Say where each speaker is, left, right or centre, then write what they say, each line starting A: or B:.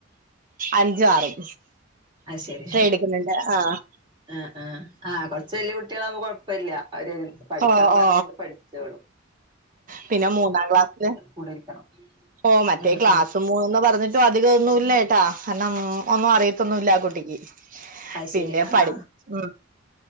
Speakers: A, on the right; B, on the right.
A: അഞ്ചും ആറും
B: അത് ശരി
A: ഇത്രയെട്ക്ക്ന്നിണ്ട് ആഹ്
B: ആഹ് ആഹ് ആഹ് കൊറച്ച് വല്യ കുട്ടികളാവുമ്പോ കൊഴപ്പല്ല്യ അവരൊരു പഠിക്കാൻ
A: ഓ
B: പറഞ്ഞായിര്ന്ന്
A: ഓ
B: പഠിച്ചോളു
A: പിന്നെ മൂന്നാം ക്ലാസ്ല്
B: കൂടെ ഇരിക്കണം
A: ഓഹ് മറ്റേ
B: ഉം
A: ക്ലാസും
B: ഉം
A: മൂന്ന്ന്ന് പറഞ്ഞി ട്ട അതികൊന്നുല്ലയെട്ടാ കാരണം ഒന്നു അറിയത്തൊന്നുയില്ല ആ കുട്ടിക്ക്
B: അത്
A: പിന്നെ
B: ശരി ആ
A: പഠി
B: ആ
A: ഉം